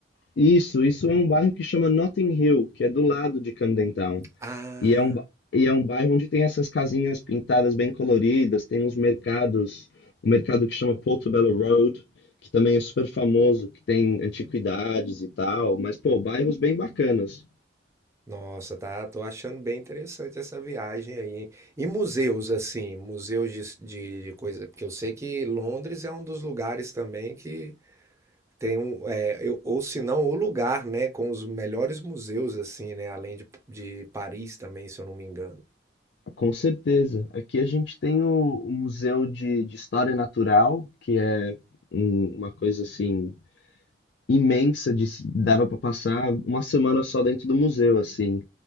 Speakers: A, on the left (about 65°); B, on the right (about 15°).
A: Isso, isso é um bairro que chama Notting Hill, que é do lado de Camden Town.
B: Ah.
A: E é um, ba- e é um bairro onde tem essas casinhas pintadas bem coloridas, tem uns mercados, um mercado que chama Portobello Road, que também é super famoso, que tem antiguidades e tal, mas pô, bairros bem bacanas.
B: Nossa, tá, tô achando bem interessante essa viagem aí, hein? E museus, assim, museus de, de, de coisa, porque eu sei que Londres é um dos lugares também que tem um, é, eu- ou se não, o lugar, né, com os melhores museus, assim, né, além de, de Paris também, se eu não me engano.
A: Com certeza. Aqui a gente tem o, o Museu de, de História Natural, que é um- uma coisa assim imensa, de, se- dava para passar uma semana só dentro do museu, assim.